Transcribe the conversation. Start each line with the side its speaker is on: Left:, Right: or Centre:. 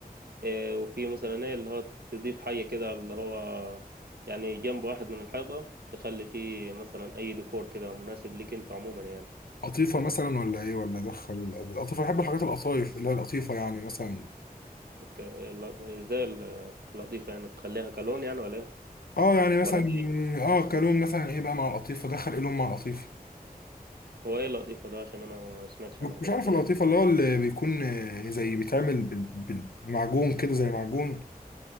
Right: إيه وفي مثلا ايه اللي هو تضيف حاجه كده اللي هو يعني جنب واحد من الحيطه تخلي فيه مثلا اي ديكور كده مناسب ليك انت عموما يعني
Left: قطيفه مثلا ولا ايه ولا ادخل القطيفه بحب الحاجات القطايف اللي هي القطيفه يعني مثلا
Right: ك... ال- زي ال- اللطيفه يعني تخليها كلون يعني ولا ايه
Left: اه يعني مثلا
Right: ولا دي
Left: اه كلون مثلا ايه بقى مع القطيفه ادخل ايه لون مع القطيفه
Right: هو ايه اللطيفه ده عشان انا ما سمعتش عنها قبل
Left: مش عارف
Right: كده
Left: القطيفه اللي هو اللي بيكون آه، زي بيتعمل بال- بال- بمعجون كده زي معجون